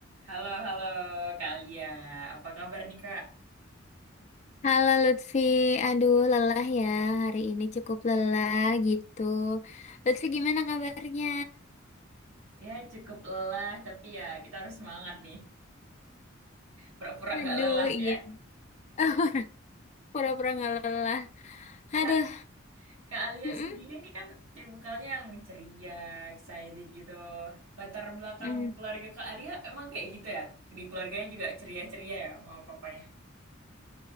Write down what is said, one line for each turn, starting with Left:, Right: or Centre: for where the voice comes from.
Right: Halo, halo Kak Alia. Apa kabar nih Kak?
Left: Halo Lutfi, aduh lelah ya, hari ini cukup lelah gitu. Lutfi gimana kabarnya?
Right: Ya cukup lelah, tapi ya kita harus semangat nih. Pura-pura
Left: Aduh
Right: nggak lelah
Left: iya,
Right: ya.
Left: <laughs> pura-pura nggak lelah. Aduh,
Right: Kak, Kak Alia
Left: mm-mm.
Right: sendiri nih kan tipikalnya yang ceria, excited gitu. Latar belakang
Left: Mm.
Right: keluarga Kak Alia emang kayak gitu ya? Di keluarganya juga ceria-ceria ya mama papanya?